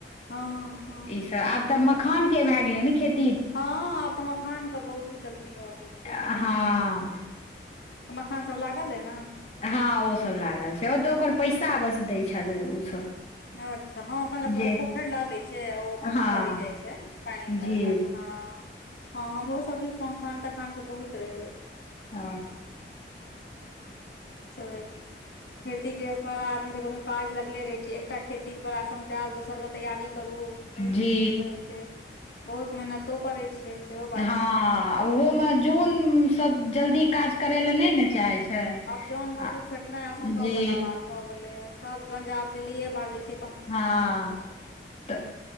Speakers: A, on the left; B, on the left.
A: हँ हँ हँ
B: ईसभ आब तऽ मखान के भए गेलै नि खित
A: हँ आब तऽ मखान के बहुत चलती भऽ गेल छै
B: हँ
A: बढ़िआं मखान सब लागल अइ न
B: हँ ओसभ लागल छै ओ तऽ ओकर पैसा बस दै छथि ओसभ
A: अच्छा हँ मतल
B: जे
A: पोखरि लऽ लै छै ओ अपन
B: हँ
A: करे जाइ छै पायन
B: जी
A: ल हँ हँ हमरोसभ दि मखान तखानके बहुत रहै
B: ह
A: अच्छा खेती गृहस्थी आदमी काज लागले रहै छै एकटा खेती बला समटाएल दोसर के तैयारी करू बहुत
B: जी
A: कहै छै बहुत मेहनतो कड़ै छै सेहो बात
B: हँ
A: छै
B: ओहोमे जन सब जल्दी काज करै लए नै ने चाहे छै
A: जोन मजदूर
B: आ
A: भेटनाइ असम्भव
B: जी
A: बला बात भए गेलै हे सब पंजाब दिल्लीए भागे छै
B: हँ
A: ह
B: तऽ
A: <unintelligible>